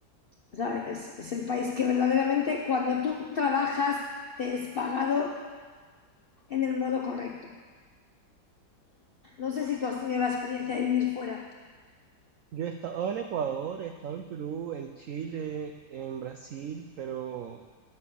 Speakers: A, on the left; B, on the right.
A: ¿sabes? Es el país que verdaderamente cuando tú trabajas te es pagado en el modo correcto. No sé si tú has tenido la experiencia de vivir fuera.
B: Yo he estado en Ecuador, he estado en Perú, en Chile, en Brasil, pero